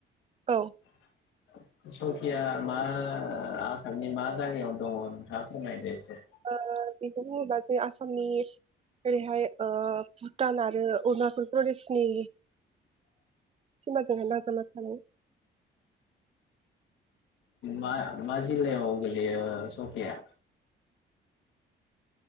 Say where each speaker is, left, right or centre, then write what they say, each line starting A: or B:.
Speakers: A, on the right; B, on the left.
A: औ
B: <inaudible> सकिया मा आसामनि मा जायगायाव दङ नोंथाङा फोरमायदो एसे
A: ओ बेखौ बुङोबा जे आसामनि ओरैहाय ओ भुटान आरो अरुणाचल प्रदेशनि सिमाजोंहाय नांजाबना थानाय
B: मा मा जिल्लायाव गोलैयो सकिया?